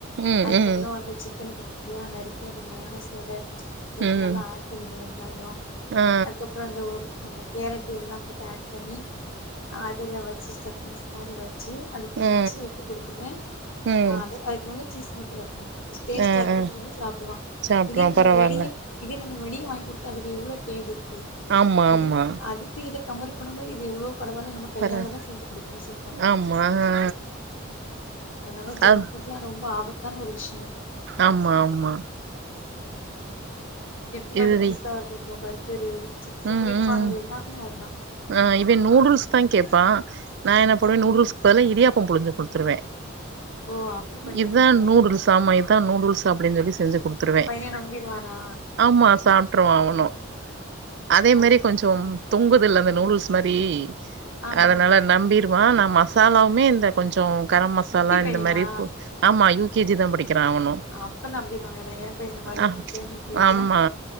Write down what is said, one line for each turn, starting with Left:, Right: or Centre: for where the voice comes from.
Right: ம்
Left: அதுக்கப்றோ
Right: ம்
Left: வந்து சிக்கன குட்டி ப்டியா நறுக்கி அந்த மயோனோஸ் ஓடு சேர்
Right: ம்
Left: நல்லா ஆட் பண்ணிர்விங் வெங்காயோ
Right: ஆ
Left: அதுக்கப்றோ இந்த ஒரு நம்ம கேரட்டு எல்லா ஒர்த்த ஆட் பண்ணி ஆ அதுல வச்சி ஸ்டஃப்ஃபிங்ஸ் மாரி வச்சி அடுப்ல
Right: ஆ
Left: வச்சி எடுத்து குடுத்துருவே
Right: ம்
Left: ஆ அது அதுக் மேல சீஸ் மட்டு வப்பே ஸ்டேஸ்ட்டா
Right: ஆ
Left: இருக்கு
Right: ஆ
Left: சொல்லி சாப்டுவா
Right: சாப்ட்ருவோ
Left: இதே நம்ம
Right: பரவால்ல
Left: வெளிய இதே நம்ம வெளிய வாய் குடுத்தா அதுல எவ்ளோ கேடுருக்கு
Right: ஆமா
Left: இது
Right: ஆமா
Left: அது த்தி இத கம்பர் பண்ணும்போது இது எவ்ளோ பரவால நம கையால
Right: பரவா
Left: தா செஞ்சு குடுக்கணு சுத்தமா
Right: ஆமா ஆ
Left: அதனால ஜங்க்
Right: அ
Left: ஃபுட் ட்லா ரொம்ப ஆபத்தான ஒரு விஷ்யம்
Right: ஆம்மா ஆம்மா
Left: எடுத்துக்காட்டி
Right: இதுதி
Left: பீஸா இருக்கட்டு பர்கரு சிப்ஸு
Right: ம்
Left: குளிர்பானோ
Right: ம்
Left: எல்லாமே அதா
Right: ஆ இவேன் நூடுல்ஸ் தா கேப்பா நா என்ன பண்வே
Left: அப்டி
Right: நூடுல்ஸ்க்கு பதிலா இரியாப்பம் புழிஞ்சு குடுத்துருவே
Left: ஓ அப்டி பண்ணிருவீங்க
Right: இதான் நூடுல்ஸ் ஆமா இதான் நூடுல்ஸ் அப்டின் சொல்லி செஞ்சு குடுத் த்துருவே
Left: பைய நம்பிருவானா
Right: ஆமா சாப்ட்டுருவா அவனு அதே
Left: அது
Right: மாரி கொஞ்சோ தொங்குதுல்ல அந்த நூடுல்ஸ் மாரி
Left: ஆமா
Right: அதனால
Left: ஆமா ஆமா
Right: நம்பிருவா நா மசாலாவுமே இந்த கொஞ்சோ கரம் மசாலா
Left: குட்டி பையனா
Right: இந்த மாரி போ ஆமா யூ கே ஜி தா படிக்கிறா அவனு
Left: அப்ப நம்பிருவாங்கதா ஏ பையன மறுபடியு
Right: ஆ
Left: எ பையன யூ கே ஜி
Right: ஆம்மா
Left: தா